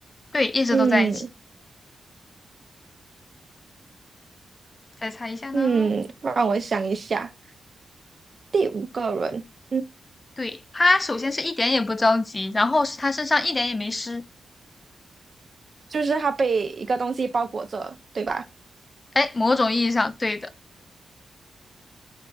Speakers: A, on the left; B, on the right.
A: 对，一直都在一起。
B: 嗯
A: 再猜一下呢？
B: 嗯，让我想一下，第五个人，嗯，
A: 对，他首先是一点也不着急，然后是他身上一点也没湿，
B: 就是他被一个东西包裹着，对吧？
A: 哎，某种意义上对的，